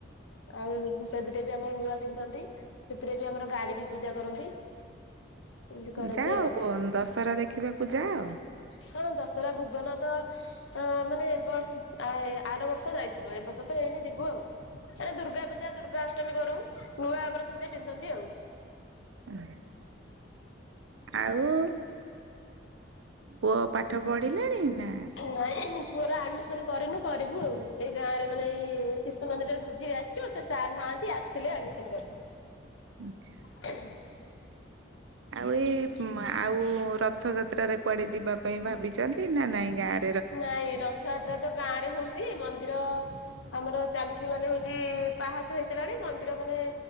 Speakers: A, on the left; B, on the right.
A: ଆଉ, ସେଥିରେ ବି ଆମର ନୂଆ ପିନ୍ଧନ୍ତି। ସେଥିରେ ବି ଆମର ଗାଡି ବି ପୂଜା କରନ୍ତି। ଏମିତି କରନ୍ତି
B: ଯାଅ
A: ଆଉ।
B: ବନ୍ ଦଶହରା ଦେଖିବାକୁ ଯାଅ?
A: ହଁ, ଦଶହରା ଭୁବନ ତ! ତ, ମାନେ ଏ ବର୍ଷ ଆର ବର୍ଷ ଯାଇଥିଲୁ। ଏ ବର୍ଷ ତ ହେଇନି ଯିବୁ ଆଉ। ଏ ଦୁର୍ଗା ପୂଜା ଦୁର୍ଗା ଅଷ୍ଟମୀ କରୁଁ। ନୂଆ ଆମର ସେଥିରେ ପିନ୍ଧନ୍ତି ଆଉ।
B: ଉ ହୁଁ। ଆଉ-ଉ, ପୁଅ ପାଠ ପଢିଲେଣି ନା?
A: ନାଇଁ, ପୁଅର ଆଡ୍ ମିସନ୍ କରିନୁ। କରିବୁ ଆଉ। ଏଇ ଗାଁ ରେ ମାନେ ଏଇ ଶିଶୁ ମନ୍ଦିରରେ ବୁଝିକି ଆସି ଚୁ, ସେ ସାର୍ ନାହାନ୍ତି। ଆସିଲେ ଆଡ୍ମିଶନ୍ କରିବୁ।
B: ଆଚ୍ଛା।
A: <inaudible>
B: ଆଉ, ଏଇ ଉମ୍ ଆଉ, ରଥ ଯାତ୍ରାରେ କୁଆଡେ ଯିବା ପାଇଁ ଭାବିଛନ୍ତି ନା ନାଇଁ ଗାଁରେ?
A: ନାଇଁ, ରଥଯାତ୍ରା ତ ଗାଁ ରେ ହଉଛି। ମନ୍ଦିର ଆମର ଚାଲଛି ମାନେ ହଉଛି, ପାହାଚ ହେଇସାଇଲାଣି ମନ୍ଦିର ମାନେ